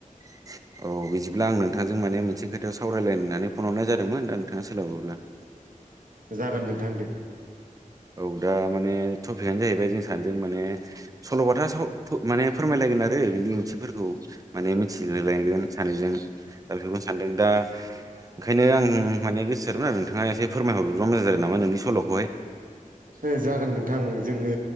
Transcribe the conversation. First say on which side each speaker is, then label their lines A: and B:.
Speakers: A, on the right; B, on the right.
A: <inaudible> औ बिदिब्ला आं नोंथांजों माने मोनसे खोथायाव सावरायलाय होननानै फन हरनाय जादोंमोन दा नोंथाङा सोलाबोब्ला
B: जागोन नोंथां दे
A: औ दा माने टपिकआनो जाहैबाय जों सानैजों माने सल'बाथा साव माने फोरमायलायगोन आरो बिनि ओंथिफोरखौ माने मिथिहोलायगोन सानैजों दा बेफोरखौनो सानदों दा ओंखायनो आं माने गोसोमोन आरो नोंथाङा एसे फोरमायहरग्रोबा मोजां जागोन नामा नोंनि सल'खौहाय
B: ओ जागोन नोंथां जोङो